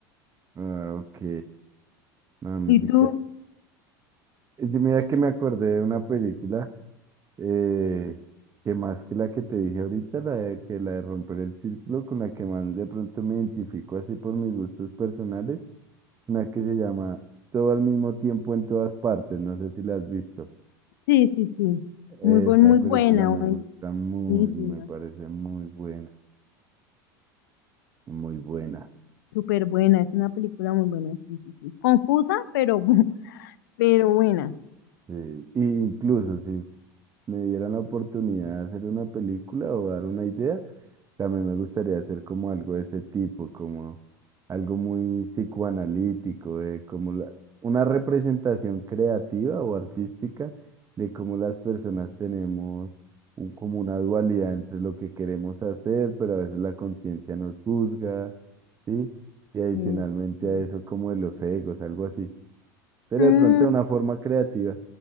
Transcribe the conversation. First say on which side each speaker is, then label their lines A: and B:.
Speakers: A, on the right (about 30°); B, on the left (about 75°).
A: Ah, ok. No, a mí
B: ¿Y
A: sí
B: tú?
A: que... es Mira que me acordé de una película eh, que más que la que te dije ahorita, la de, que la de romper el círculo, con la que más de pronto me identifico así por mis gustos personales, una que se llama Todo al mismo tiempo en todas partes, no sé si la has visto.
B: Sí, sí, sí.
A: Esa
B: Muy buen, muy
A: película
B: buena,
A: me gusta muy,
B: Buenísima,
A: me parece muy buena, muy buena.
B: súper buena, es una película muy buena, sí, sí, sí. Confusa, pero, bu- <laughs> pero buena.
A: Sí. Y incluso si me dieran la oportunidad de hacer una película o dar una idea, También me gustaría hacer como algo de ese tipo, como algo muy psicoanalítico, de como la- una representación creativa o artística de cómo las personas tenemos un- como una dualidad entre lo que queremos hacer, pero a veces la conciencia nos juzga, ¿sí? Y adicionalmente
B: Sí, sí, sí.
A: a eso como de los egos, algo así. Pero
B: Mm,
A: de pronto de una forma creativa.